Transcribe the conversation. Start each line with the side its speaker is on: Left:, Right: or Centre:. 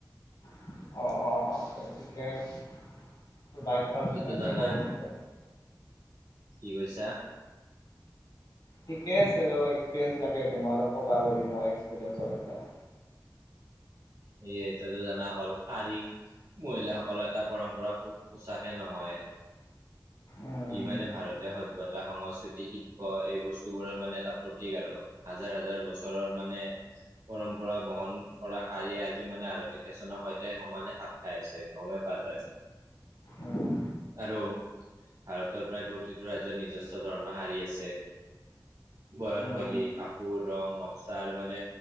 Left: অ', অ', আছে
Right: তইতো
Left: <unintelligible>
Right: জানাই কি কৈছা?
Left: ঠিকে আছে ৰ, এক্সপিৰিয়েঞ্চ লাগেমল ক'বা পাৰি মই এক্সপিৰিয়েঞ্চৰ এটা
Right: সেয়ে তইটো জানা অকল শাৰী মহিলাসকলৰ এটা পৰম্পৰা পো পোছাকে নহয়!
Left: উম
Right: ই মানে ভাৰতীয় সভ্যত এটা সংস্কৃতি শিল্প এই বস্তুবোৰৰ মানে এটা প্ৰতীক আৰু হাজাৰ, হাজাৰ বছৰৰ মানে পৰম্পৰা বহন কৰা শাৰীয়ে আজিও মানে আধুনিক ফেশ্বনৰ সৈতে সমানে খাপ খাই আছে! গমে পা তই
Left: উম উম
Right: আৰু ভাৰতৰ প্ৰায় প্ৰতিটো ৰাজ্যৰ নিজস্ব ধৰণৰ শাৰী আছে বয়নশৈলী
Left: উম
Right: কাপোৰ ৰং নক্সা আৰু মানে